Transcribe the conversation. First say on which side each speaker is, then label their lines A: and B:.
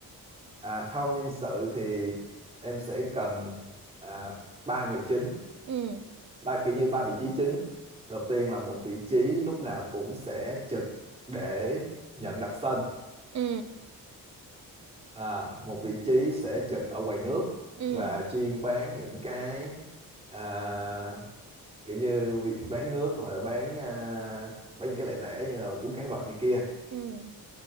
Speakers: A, on the right (about 15°); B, on the right (about 50°).
A: À, không nhân sự thì em sẽ cần à, ba người chính,
B: ừ
A: ba kiểu như ba vị trí chính. Đầu tiên là một vị trí lúc nào cũng sẽ trực để nhận đặt sân.
B: ừ
A: À, một vị trí sẽ trực ở quầy nước
B: ừ
A: và chuyên bán những cái à, kiểu như vị, bán nước hoặc là bán à, bán những cái lẻ tẻ như là cuốn cán vật này kia.
B: ừ